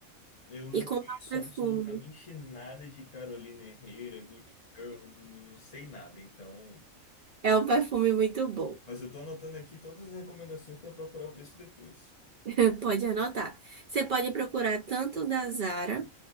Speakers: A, on the left (about 45°); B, on the right (about 70°).
A: Eu não
B: E comprar
A: conheço
B: um perfume.
A: absolutamente nada de Carolina Herrera, Good Girl, não, não não sei nada, então.
B: É um perfume muito bom.
A: Mas eu tô anotando aqui todas as recomendações para procurar o preço depois.
B: <laughs> Pode anotar. Você pode procurar tanto o da Zara,